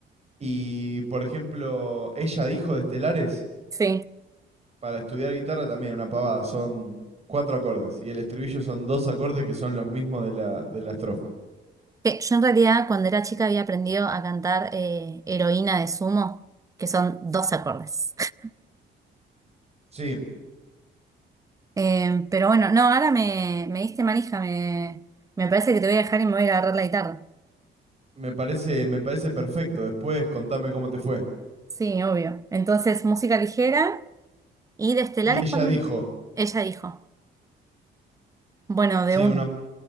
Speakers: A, on the right; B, on the right.
A: Y por ejemplo, ella dijo de Estelares
B: sí.
A: para estudiar guitarra también una pavada. Son cuatro acordes y el estribillo son dos acordes que son los mismos de la, de la estrofa.
B: Que yo en realidad cuando era chica había aprendido a cantar eh, Heroína de Sumo, que son dos acordes. <laughs>
A: Sí,
B: Eh, pero bueno, no, ahora me, me diste manija, me, me parece que te voy a dejar y me voy a agarrar la guitarra.
A: Me parece, me parece perfecto. Después contame cómo te fue.
B: Sí, obvio. Entonces, música ligera y de Estelares
A: Y ella
B: por mí.
A: dijo,
B: Ella dijo. Bueno,
A: sí,
B: de una.
A: una...